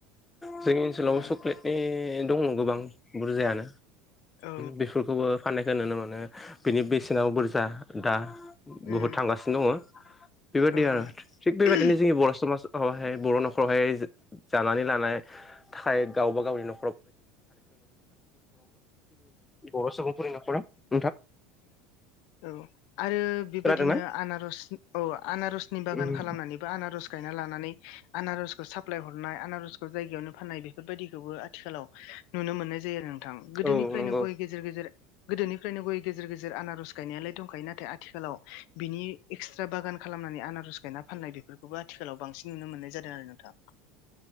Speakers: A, on the left; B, on the left.
A: जोंनि ओनसोलाव
B: उम
A: सक्लेटनि दङ गोबां बुरजायानो
B: औ
A: बेफोरखौबो फाननायखो नुनो मोनानो बिनि बेसेनाबो बुरजा दा
B: उम
A: बुहुद थांगासिनो दङ बेबायदि
B: औ
A: आरो थिग बेबायदिनो
B: औ
A: जोंनि बर' समाज बर' नखरावहाय जानानै लानाय <inaudible> जोंनि बर' सुबुंफोरनि नखरा
B: उ औ आरो बेबायदिनो
A: खोनादोंना
B: आनारस औ आनारसनि बागान
A: उम
B: खालामनानैबो आनारस गायना लानानै आनारसखौ साप्लाय हरनाय आनारसखौ जायगायावनो फाननाय बेफोरबायदिखौबो आथिखालाव नुनो मोननाय जायो आरो नोंथां गोदोनिफ्रायनो
A: औ नंगौ
B: गय गेजेर गेजेर गोदोनिफ्रायनो गय गेजेर गेजेर आनारस गायनायालाय दंखायो नाथाय आथिखालाव बिनि एक्सट्रा बागान खालामनानै आनारस गायना फाननाय बे बेफोरखौबो आथिखालाव बांसिन नुनो मोननाय जादों आरो नोंथां
A: <inaudible>